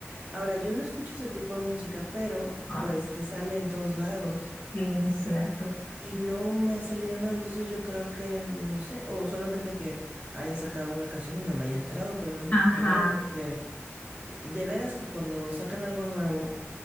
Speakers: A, on the right; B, on the left.
A: Ahora, yo no escucho ese tipo de música, pero
B: padre.
A: pues te sale en todos lados.
B: Sí, cierto.
A: Y no me ha salido nada, entonces yo creo que, no sé, o solamente que haya sacado una canción y no me haya enterado, pero no
B: Ajá.
A: creo, porque de veras que cuando sacan algo nuevo,